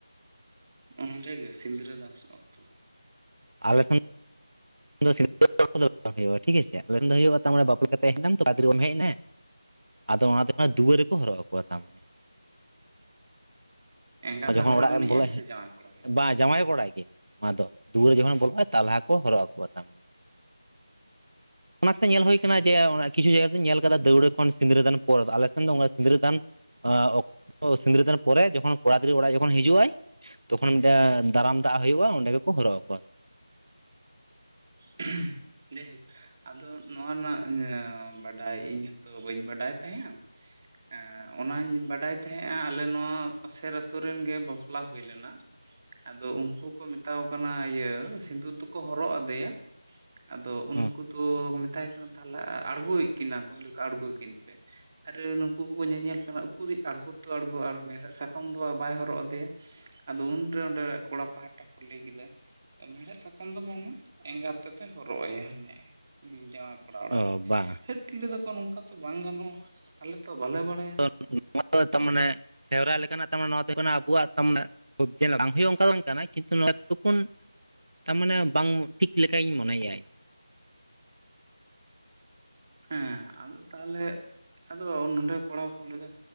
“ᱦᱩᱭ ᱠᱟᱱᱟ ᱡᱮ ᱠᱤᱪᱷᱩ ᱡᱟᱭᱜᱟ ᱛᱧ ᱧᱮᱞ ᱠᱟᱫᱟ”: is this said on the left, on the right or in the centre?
Right